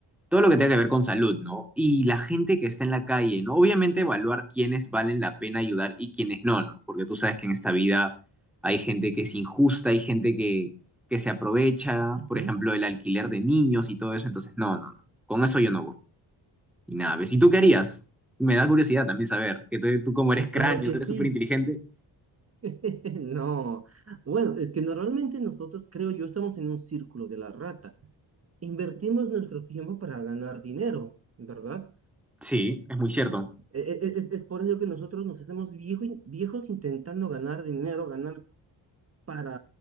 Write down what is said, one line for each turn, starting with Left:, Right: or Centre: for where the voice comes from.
Centre: todo lo que tenga que ver con salud, ¿no? Y la gente que está en la calle, ¿no? Obviamente evaluar quiénes valen la pena ayudar y quiénes no, ¿no? Porque tú sabes que en esta vida hay gente que es injusta, hay gente que, que se aprovecha,
Right: Ujú.
Centre: por ejemplo, el alquiler de niños y todo eso, entonces no, no, no, con eso yo no voy. Y nada, ¿ves? ¿Y tú qué harías? Me da curiosidad también saber, que tú, tú como eres
Right: Y
Centre: cráneo,
Right: claro que
Centre: tú
Right: sí.
Centre: eres súper inteligente.
Right: <laughs> No. Bueno, es que normalmente nosotros, creo yo, estamos en un círculo de la rata. Invertimos nuestro tiempo para ganar dinero, ¿verdad?
Centre: Sí, es muy cierto.
Right: E- e- e- Es, por ello que nosotros nos hacemos viejo in- viejos intentando ganar dinero, ganar para,